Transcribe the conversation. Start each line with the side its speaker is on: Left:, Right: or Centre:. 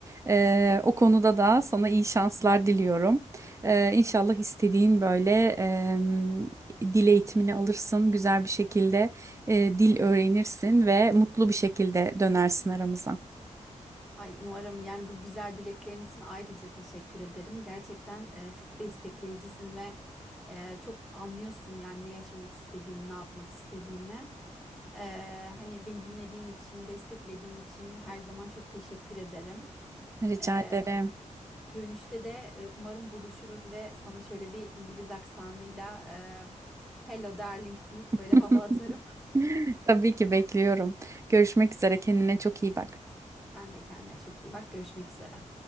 Right: Ee, o konuda da sana iyi şanslar diliyorum. Ee, İnşallah istediğin böyle em, dil eğitimini alırsın, güzel bir şekilde e, dil öğrenirsin ve mutlu bir şekilde dönersin aramıza.
Centre: Ay umarım yani bu güzel dileklerin için ayrıca teşekkür ederim. Gerçekten e, çok destekleyicisin ve e, çok anlıyorsun yani ne yaşamak istediğimi, ne yapmak istediğimi. E, hani beni dinlediğin için, desteklediğin için her zaman çok teşekkür ederim.
Right: Rica
Centre: E,
Right: ederim.
Centre: dönüşte de e, umarım buluşuruz ve sana şöyle bir İngiliz aksanıyla e, Hello darling deyip böyle
Right: <laughs>
Centre: hava atarım. <laughs>
Right: Tabii ki bekliyorum. Görüşmek üzere. Kendine çok iyi bak.
Centre: Sen de kendine çok iyi bak. Görüşmek üzere.